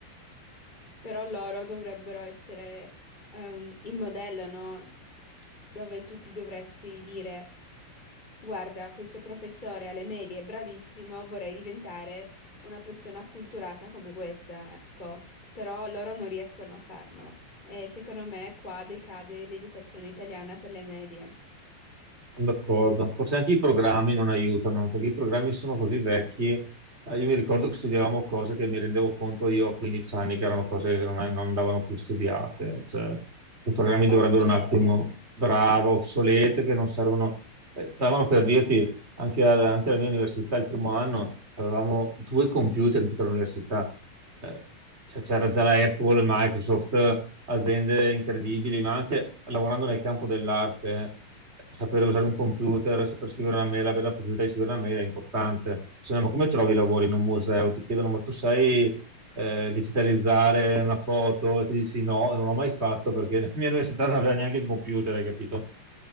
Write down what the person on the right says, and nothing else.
Sono D'accordo, forse anche i programmi non aiutano, perché i programmi sono così vecchi. Eh, Io mi ricordo che studiavamo cose che mi rendevo conto io a 15 anni che erano cose che non, non andavano più studiate. Cioè, i programmi dovrebbero
un attimo, bravo, obsolete, che non servono. Eh, stavano per dirti, anche, al- anche alla mia università, il primo anno, avevamo due computer in tutta l'università. Eh, cioè, c'era già la Apple, Microsoft, aziende incredibili, ma anche lavorando nel campo dell'arte. Sapere usare un computer, saper scrivere una mail, avere la possibilità di scrivere una mail è importante. Se no, ma come trovi i lavori in un museo? Ti chiedono, ma tu sai eh, digitalizzare una foto? E ti dici no, non l'ho mai fatto perché <laughs> la mia università non aveva neanche il computer, hai capito?